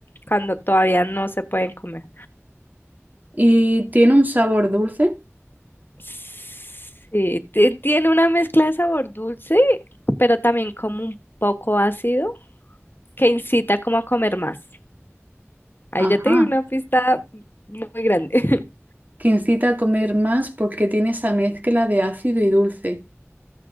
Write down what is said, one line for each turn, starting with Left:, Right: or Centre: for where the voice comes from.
Left: Cuando todavía no se pueden comer.
Right: ¿Y tiene un sabor dulce?
Left: Sí, ti- tiene una mezcla de sabor dulce, pero también como un poco ácido, que incita como a comer más. Ahí
Right: Ajá,
Left: ya te di una pista muy grande. <laughs>
Right: que incita a comer más porque tiene esa mezcla de ácido y dulce.